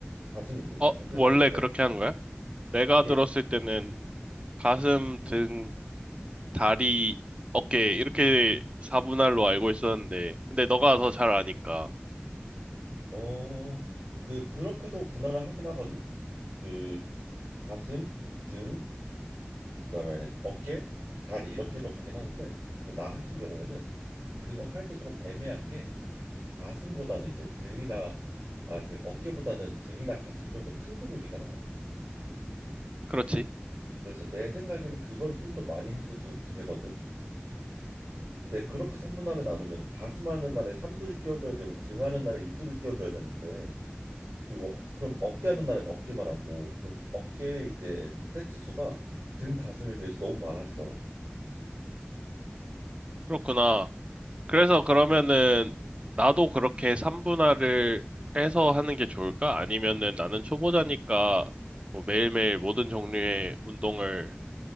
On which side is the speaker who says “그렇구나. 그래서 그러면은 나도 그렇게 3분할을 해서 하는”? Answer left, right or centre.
Right